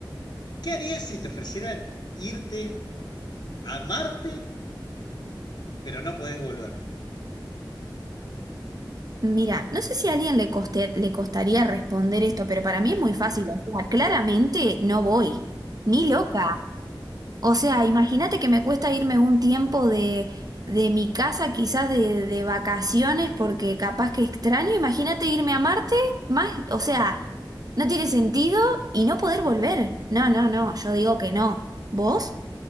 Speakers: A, on the left; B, on the right.
A: ¿Qué harías si te ofrecieran irte a Marte, pero no podés volver?
B: Mira, no sé si a alguien le coste- le costaría responder esto, pero para mí es muy fácil. O sea, claramente no voy. Ni loca. O sea, imagínate que me cuesta irme un tiempo de, de mi casa, quizás de, de vacaciones, porque capaz que extraño. Imagínate irme a Marte, más, o sea, no tiene sentido y no poder volver. No, no, no, yo digo que no. ¿Vos?